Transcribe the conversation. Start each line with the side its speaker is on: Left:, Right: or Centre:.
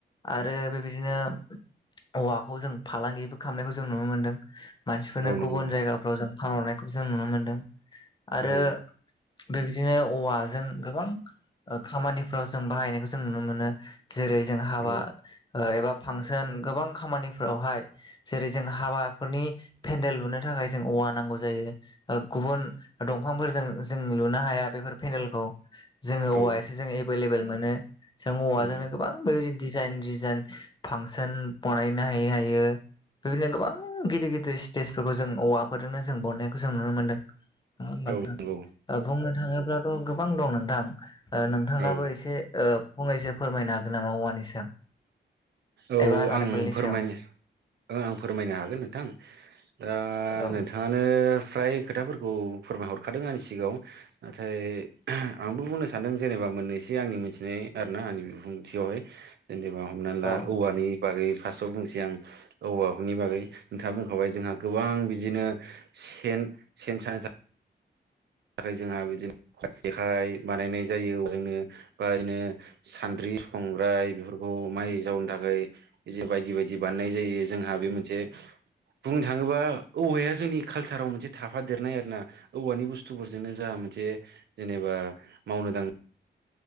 Left: आरो बेबायदिनो औवाखौ जों फालांगिबो खालामनायखौ जों नुनो मोन्दों मानसिफोरनो
Right: औ नंगौ
Left: गुबुन जायगाफ्राव जों फानहरनाय खौ जों नुनो मोन्दों आरो
Right: औ
Left: बेबायदिनो औवाजों गोबां खामानिफ्राव जों बाहायनायखौ जों नुनो मोनो। जेरै जों हाबा
Right: औ
Left: ओ एबा फांसोन गोबां खामानिफोरावहाय जेरै जों हाबाफोरनि पेन्देल लुनो थाखाय जों औवा नांगौ जायो। ओ गुबुन दंफांफोरजों जों लुनो हाया बेफोर पेन्देलखौ। जोङो
Right: औ
Left: औवायासो जों एभेलेबल मोनो जों औवाजोंनो
Right: उम
Left: गोबां बेबायदि डिजाइन डिजाइन फांसोन बनायनो हायो हायो। बेबायदिनो गोबां गिदिर गिदिर स्टेजफोरखौ जों औवाफोरजोंनो जों बनायनायखौ जों नुनो मोन्दों। नङा होमबा
Right: औ
Left: नोंथां?
Right: नंगौ
Left: बुंनो थाङोब्लाथ' गोबां दं नोंथां ओ नोंथाङाबो
Right: औ
Left: एसे ओ फंनैसो फोरमायनो हागोन नामा औवानि सायाव?
Right: औ
Left: एबा नारेंखलनि
Right: आं फोरमायनो
Left: सायाव?
Right: आं फोरमायनो हागोन नोंथां। ओ
Left: औ
Right: नोंथाङा आनो फ्राय खोथाफोरखौ फोरमायहरखादों आंनि सिगाङाव। नाथाय आंबो बुंनो सानदों जेनेबा मोननैसो आंनि मोनथिनाय आरोना आंनि बिबुंथियावहाय। जेनेबा हमनानै ला
Left: औ
Right: औवानि बागै फार्स्टआव बुंसै आं औवा नि बागै नोंथाङा बुंखाबाय जोंहा गोबां बिदिनो सेन सेन सानो था थाखाय जोंहा बिदिनो जेखाइ बानायनाय जायो औवाजोंनो बा इदिनो सान्द्रि, संग्राय बेफोरखौ माइ जावनो थाखाय बिदि बायदि बायदि बानायनाय जायो जोंहा बे मोनसे बुंनो थाङोबा औवाया जोंनि कालसाराव मोनसे थाफादेरनाय आरोना औवानि बुस थुफोरजोंनो जोंहा मोनसे जेनेबा मावनो दांनो